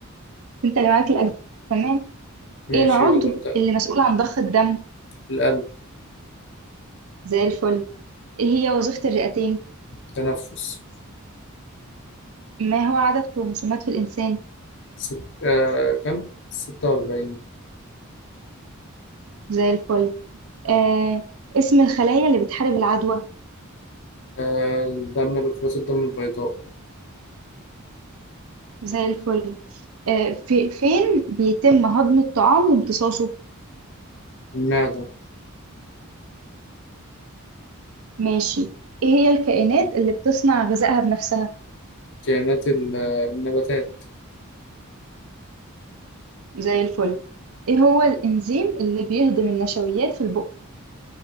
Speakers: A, on the right (about 80°); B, on the left (about 60°).
A: انت اللي معاك الاجزاء تمام
B: ماشي
A: ايه العضو
B: يلا ابدأ
A: اللي مسؤول عن ضخ الدم
B: القلب
A: زي الفل ايه هي وظيفة الرئتين
B: تنفس
A: ما هو عدد كروموسومات في الانسان
B: ست... آه... كم؟ ستة وأربعين
A: زي الفل آه اسم الخلايا اللي بتحارب العدوى
B: آه... الدم لكرات الدم البيضاء
A: زي الفل آه في فين بيتم هضم الطعام وامتصاصه
B: المعدة
A: ماشي ايه هي الكائنات اللي بتصنع غذائها بنفسها
B: كائنات ال... النباتات
A: زي الفل ايه هو الانزيم اللي بيهضم النشويات في البق